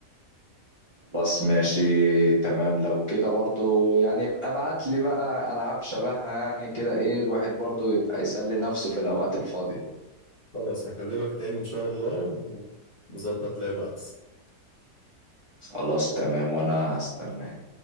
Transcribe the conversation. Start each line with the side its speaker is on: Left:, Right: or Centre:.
Right: خلاص ماشي تمام لو كده برضو يعني يبقى ابعت لي بقى العاب شبهها يعني كده ايه الواحد برضو يبقى يسلي نفسه في الاوقات الفاضية
Left: خلاص هكلمك تاني إن شاء الله ونظبط لعبة أحسن
Right: خلاص تمام وانا هستناك